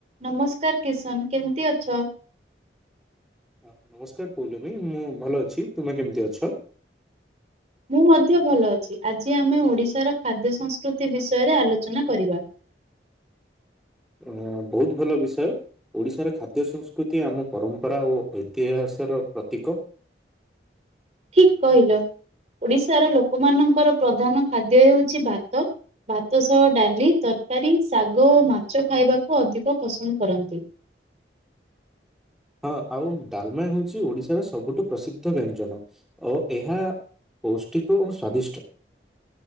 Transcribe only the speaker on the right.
ନମସ୍କାର କିଶନ କେମତି ଅଛ?
ମୁଁ ମଧ୍ୟ ଭଲ ଅଛି ଆଜି ଆମେ ଓଡିଶାର ଖାଦ୍ୟ ସଂସ୍କୃତି ବିଷୟରେ ଆଲୋଚନା କରିବା।
ଠିକ କହିଲ ଓଡିଶାର ଲୋକମାନଙ୍କର ପ୍ରଧାନ ଖାଦ୍ୟ ହେଉଛି ଭାତ। ଭାତ ସହ ଡାଲି ତରକାରୀ ଶାଗ ଓ ମାଛ ଖାଇବାକୁ ଅଧିକ ପସନ୍ଦ କରନ୍ତି।